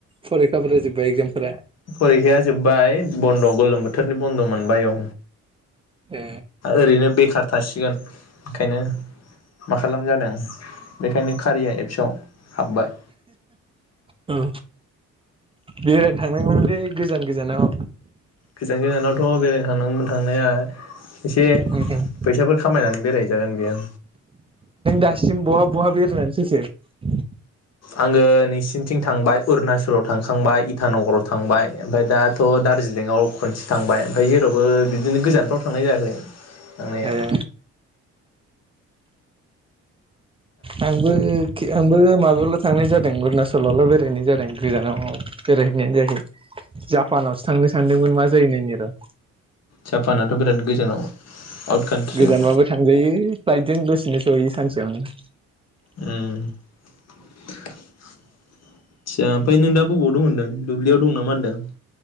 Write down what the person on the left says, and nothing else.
फरिखाया जोब्बाय बन्द' गोलोम बोथोरनि बन्द' मोनबाय औ।
ओरैनो बेखार थासिगोन खायनो मा खालाम जादों बेखायनो कारिया एप्सआव हाबबाय
गोजान गोजानावथ' बेरायनो थानांगौमोन। थांनाया एसे
फैसाफोर खामायनानै बेराय जागोन बेयो
आङो नोंसिनिथिं थांबाय अरुणाचलाव थांखांबाय इटानगराव थांबाय ओमफ्राय दाथ' दारजिलिंआव खनसे थांबाय ओमफ्राय जेराव बो बिदिनो गोजानफ्राव थांनाय जायाखै थांनाया
जापानाथ' बिराद गोजानाव आउट कान्ट्रियाव
उम थिया ओमफ्राय नों दा बबाव दं होनदों दुब्लियाव दं नामा होनदों।